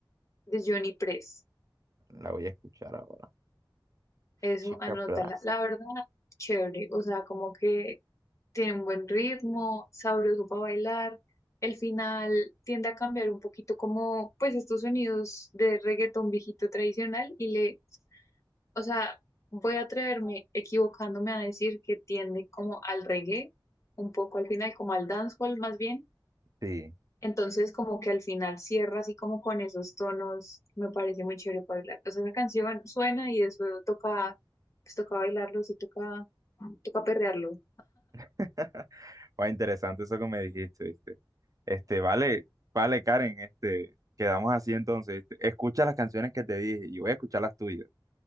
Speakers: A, on the left; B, on the right.
A: de Johnny Press.
B: La voy a escuchar ahora.
A: Eso,
B: Chica
A: anótala.
B: plástica.
A: La verdad, chévere. O sea, como que tiene un buen ritmo, sabroso para bailar. El final tiende a cambiar un poquito como pues estos sonidos de reggaetón viejito tradicional y le, o sea, voy a atreverme equivocándome a decir que tiende como al reggae, un poco al final, como al dancehall más bien.
B: Sí.
A: Entonces como que al final cierra así como con esos tonos, me parece muy chévere para bailar. O sea, la canción suena y eso toca, pues toca bailarlo, se toca, toca perrearlo,
B: <laughs> Va interesante eso que me dijiste, ¿viste? Este, vale, vale, Karen, este, quedamos así entonces, ¿viste? Escucha las canciones que te dije y voy a escuchar las tuyas.